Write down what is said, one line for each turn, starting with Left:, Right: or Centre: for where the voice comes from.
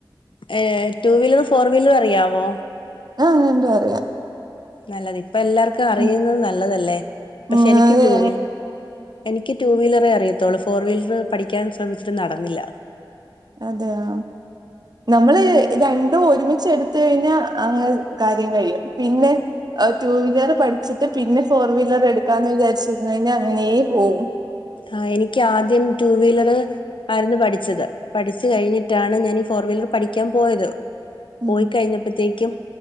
Left: ഏഹ് ടു വീലറും ഫോർ വീലറും അറിയാവോ
Right: ആഹ് രണ്ടു അറിയാം
Left: നല്ലത് ഇപ്പൊ എല്ലാർക്കും അറിയുന്നത്
Right: ഉം
Left: നല്ലതല്ലേ പക്ഷെ
Right: ഉം
Left: എനിക്ക്
Right: അതെ
Left: ടുവീലറ് എനിക്ക് ടു വീലറെ അറിയത്തോള്ളൂ ഫോർ വീലർ പഠിക്കാൻ ശ്രമിച്ചിട്ട് നടന്നില്ല
Right: അതെയോ നമ്മള് രണ്ടും ഒരുമിച്ച എടുത്ത കഴിഞ്ഞാ അങ്ങെ കാര്യം കഴിയും പിന്നെ ടു വീലർ പഠിച്ചിട്ട് പിന്നെ ഫോർ വീലർ എടുക്കാന്ന് വിചാരിച്ചിരുന്നു കഴിഞ്ഞാൽ അങ്ങനെയ പോവും
Left: ആഹ് എനിക്ക് ആദ്യം ടു വീലറ് ആയിരുന്നു പഠിച്ചത് പഠിച്ചു കഴിഞ്ഞിട്ടാണ് ഞാൻ ഈ ഫോർ വീലർ പഠിക്കാൻ പോയത് പോയി
Right: ഉം
Left: കഴിഞ്ഞപ്പോത്തേക്കും